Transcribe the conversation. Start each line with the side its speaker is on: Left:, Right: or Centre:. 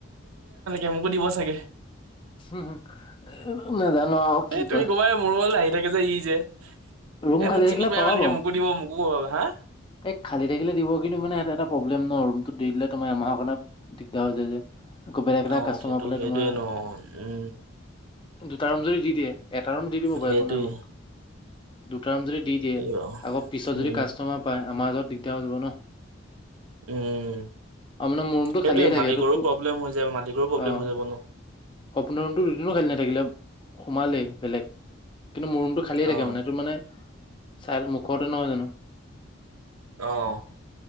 Right: এ মোকো দিব চাগে।
Left: উম, নাজানো আৰু কি
Right: তুমি
Left: কয়।
Right: ক'বা মোৰ ৰুমলে আহি থাকে এ যে ই যে।
Left: ৰুম
Right: এ
Left: খালী
Right: মোক চিনি
Left: থাকিলে
Right: পাই
Left: পাব
Right: মালিকে
Left: পাও।
Right: <unintelligible> হা?
Left: এই খালী থাকিলে দিব। কিন্তু মানে ই এটা প্ৰব্লেম ন ৰুম দি দিলে তোমাৰ এমাহৰ কাৰনে দিগদাৰ হৈ যায় যে। আকৌ বেলেগ এটা
Right: অ
Left: কাষ্টমাৰ
Right: সেইটো
Left: পালে
Right: সেইটোৱে
Left: তোমাৰ
Right: ন উম
Left: দুটা ৰুম যদি দি দিয়ে। এটা ৰুম দি দিব বাৰু,
Right: সেইটোৱে
Left: একো নাই মোক। দুটা ৰুম যদি দি
Right: সেইটোৱে
Left: দিয়ে,
Right: বাৰু
Left: আকৌ পিছত
Right: উম
Left: যদি কাষ্টমাৰ আমাৰ মাজত দিগদাৰ হৈ যাব ন।
Right: উম
Left: অ' মানে মোৰ ৰুমটো
Right: সেইটোৱে
Left: খালিয়েই থাকে।
Right: মালিকৰো
Left: সেইটোত
Right: প্ৰব্লেম হৈ যায় মালিকৰো প্ৰব্লেম
Left: অ
Right: হৈ যাব ন
Left: সপোনৰ ৰুমটো দুদিনো খালি নাথাকিলে সোমালেই। বেলেগ। কিন্তু মোৰ ৰুমটো খালিয়ে থাকে।
Right: অ
Left: মানে এইটো মানে চাইট, মুখতে নহয় জানো।
Right: অ'।